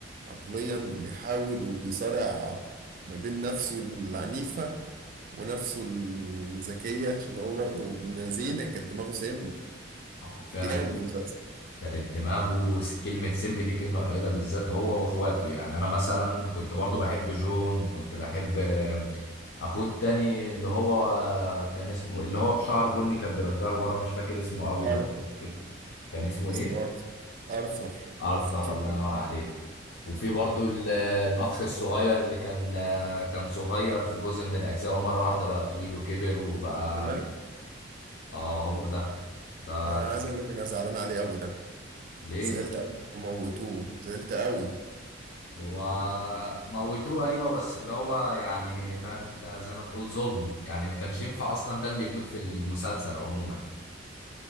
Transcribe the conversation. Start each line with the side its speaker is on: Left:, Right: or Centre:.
Right: عقليا وبيحاول وبيصارع ما بين نفسه العنيفة ونفسه الذكية عشان هو برضه ابن لذينة كانت دماغه سيم
Left: أو فعلا
Right: جامد المسلسل
Left: كانت دماغه س- كلمة سم دي كلمة قليلة بالذات هو واخواته يعني انا مثلا كنت برضو بحب جون وكنت بحب آه، اخوه التاني اللي هو كان اسمه اللي هو بشعر بني كان بيرجعه لورا مش فاكر اسمه قوي
Right: آرثر
Left: لو فاكر كان اسمه ايه
Right: اسمه آرثر آرثر
Left: ارثر
Right: أخو الكبير
Left: الله ينور عليك وفي برضو ال- الاخ الصغير اللي كان آه، كان صغير في جزء من الاجزاء ومرة واحدة بقى طويل وكبر وبقى
Right: دماغ
Left: اه هو ده ده
Right: ده أنا عايز أقول لك أنا زعلان عليه أوي ده
Left: ليه
Right: زعلت
Left: بس
Right: أوي وموتوه زعلت أوي
Left: هو موتوه ايوه بس اللي هو يعني فاهم انت زي ما تقول ظلم يعني ما كانش ينفع اصلا ده اللي يموت في المسلسل عموما